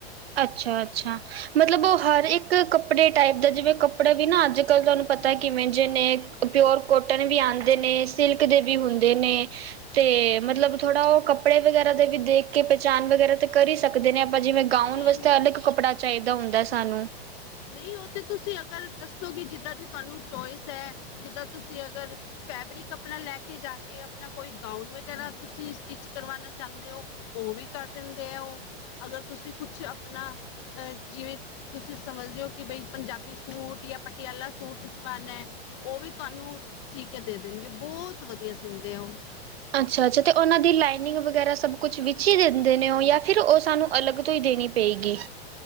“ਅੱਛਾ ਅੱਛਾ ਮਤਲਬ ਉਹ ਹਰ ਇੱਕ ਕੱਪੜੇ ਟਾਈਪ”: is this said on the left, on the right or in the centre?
Right